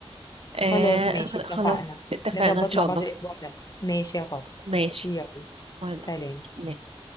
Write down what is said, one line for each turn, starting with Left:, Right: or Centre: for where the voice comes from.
Right: آه
Left: خلاص ماشي اتفقنا
Right: خلاص اتفقنا
Left: نظبط
Right: ان شاء
Left: مع بعض
Right: الله
Left: الاسبوع ده ماشي يا فاطمه
Right: ماشي
Left: يلا
Right: يلا
Left: سلام
Right: سلام